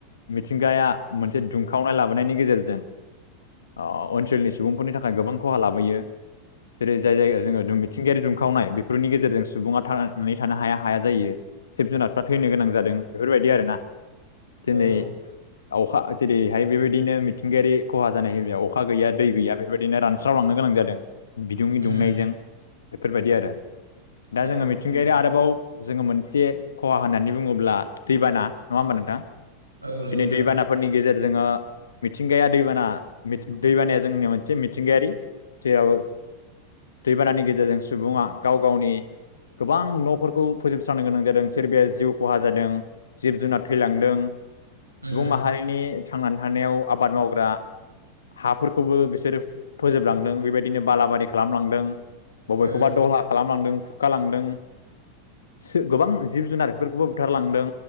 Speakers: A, on the left (about 65°); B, on the right (about 85°).
A: मिथिंगाया मोनसे दुंखावनाय लाबोनायनि गेजेरजों ओ ओनसोलनि सुबुंफोरनि थाखाय गोबां खहा लाबोयो। जेरै जाय जायगायाव जोङो मिथिंगायारि दुंखावनाय बेफोरनि गेजेरजों। सुबुङा थांनानै थानो हाया हाया जायो जिब-जुनारफ्रा थैनो गोनां जादों बेफोरबायदि आरोना। दिनै
B: औ
A: अखा जेरैहाय बेबायदिनो मिथिंगा खहा जानाय अखा गैया दै गैया बेबायदिनो रानस्रावलांनो गोनां जादों बिदुंनि दुंनायजों।
B: उम
A: बेफोरबायदि आरो दा
B: औ
A: जोङो मिथिंगायारि
B: नंगौ
A: आरोबाव जोङो मोनसे। खहा होननानै बुङोब्ला दैबाना नङा होमबा नोंथां
B: औ नंगौ नोंथां
A: दिनै दैबानाफोरनि गेजेर जोङो मिथिंगाया। दैबाना दैबानाया जोंनि मोनसे मिथिंगायारि जेराव। दैबानानि गेजेरजों सुबुङा गाव गावनि गोबां न'फोरखौ फोजोबस्रांनो गोनां जादों सोरबाया जिउ खहा जादों। जिब-जुनार थैलांदों
B: उम
A: सुबुं माहारिनि थांनानै थानायाव आबाद माव फोरा हाफोरखौबो बिसोरो फोजोबलांदों बेबायदिनो बालाबारि खालामलांदों। बबेखौबा
B: औ
A: दहहा खालामलांदों खुखालांदों सो गोबां जिब-जुनार फोरखौबो बुथारलांदों